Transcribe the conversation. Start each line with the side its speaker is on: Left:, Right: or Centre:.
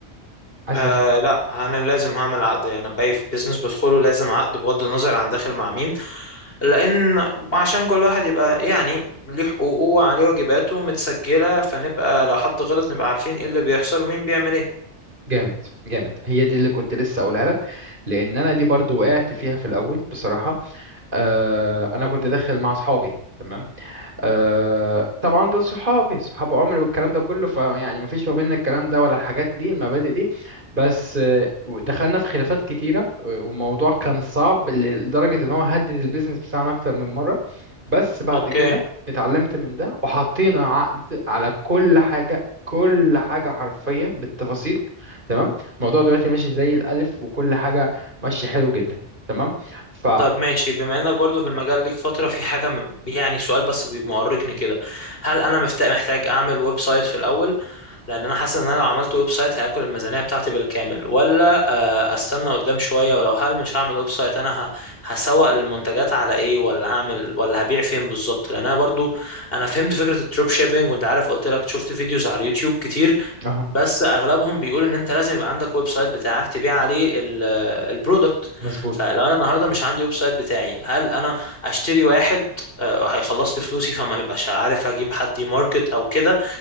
Right: عايز
Left: آه
Right: أف-
Left: لا انا لازم هعمل عقد يعني انا باي في بيزنس بدخله لازم عقد بغض النظر عن داخل مع مين لان عشان كل واحد يبقى يعني ليه حقوقه وعليه واجباته متسجلة فنبقى لو حد غلط نبقى عارفين ايه اللي بيحصل ومين بيعمل ايه
Right: جامد جامد هي دي اللي كنت لسه اقولها لك لان انا دي برضو وقعت فيها في الاول بصراحه آه، انا كنت داخل مع اصحابي تمام آه طبعا دول صحابي صحاب عمري والكلام ده كله فيعني مفيش ما بيننا الكلام ده ولا الحاجات دي المبادئ دي بس آه، دخلنا في خلافات كتيرة والموضوع كان صعب لدرجة ان هو هدد البيزنس بتاعنا اكتر من مرة بس بعد
Left: اوكي
Right: كده اتعلمت من ده وحطينا عقد على كل حاجة كل حاجة حرفيا بالتفاصيل تمام الموضوع دلوقتي ماشي زي الألف وكل حاجة ماشية حلو جدا تمام فقول
Left: طب ماشي بما انك برضو في المجال ليك فترة في حاجة م- يعني سؤال بس بي- مؤرقني كده هل انا مفت- محتاج اعمل ويب سايت في الاول لان انا حاسس ان انا لو عملت ويب سايت هياكل الميزانيه بتاعتي بالكامل ولا آه، استنى قدام شويه ولو هل مش هعمل ويب سايت انا ه- هسوق للمنتجات على ايه ولا هعمل ولا هبيع فين بالظبط لان انا برضو انا فهمت فكره الدروب شيبينج وانت عارف قلت لك شفت فيديوز على اليوتيوب كتير
Right: اهو
Left: بس اغلبهم بيقول ان انت لازم يبقى عندك ويب سايت بتاعك تبيع عليه ال- آه، البرودكت
Right: مظبوط
Left: فلو انا النهارده مش عندي ويب سايت بتاعي هل انا اشتري واحد آه، هيخلص لي فلوسي فما ببقاش عارف اجيب حد يماركت او كده